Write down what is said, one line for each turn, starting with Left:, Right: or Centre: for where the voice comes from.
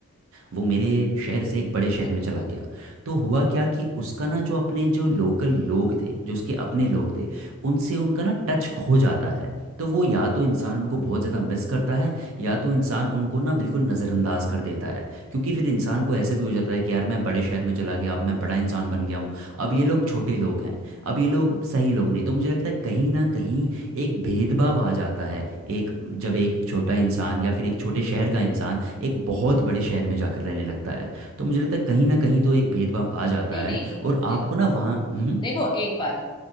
Right: वो मेरे शहर से एक बड़े शहर में चला गया तो हुआ क्या कि उसका ना जो अपने जो लोकल लोग थे जो उसके अपने लोग थे उनसे उनका ना टच खो जाता है तो वो या तो इंसान उनको बहुत ज़्यादा मिस करता है या तो इंसान उनको ना बिल्कुल नज़रअंदाज कर देता है क्योंकि फिर इंसान को ऐसे भी हो जाता है कि यार मैं बड़े शहर में चला गया अब मैं बड़ा इंसान बन गया हूँ अब ये लोग छोटे लोग हैं अब ये लोग सही लोग नहीं तो मुझे लगता है कहीं ना कहीं एक भेदभाव आ जाता है एक जब एक छोटा इंसान या फिर एक छोटे शहर का इंसान एक बहुत बड़े शहर में जाकर रहने लगता है तो मुझे लगता है कहीं ना कहीं तो एक भेदभाव आ जाता
Left: नहीं
Right: है
Left: नहीं
Right: और
Left: दे,
Right: आपको ना वहाँ हम्म
Left: देखो एक बात